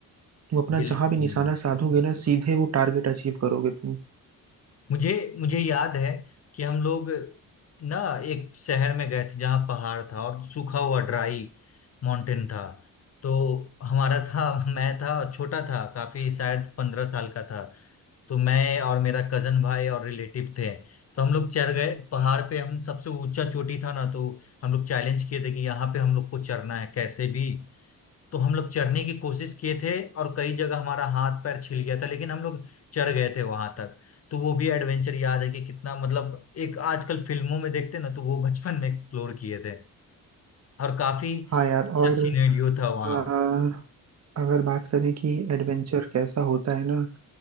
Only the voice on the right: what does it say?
तुम अपना
जहां भी निशाना साधोगे ना सीधे वो टारगेट अचीव करोगे तुम
हाँ यार
और
अ, अगर बात करें कि एडवेंचर कैसा होता है ना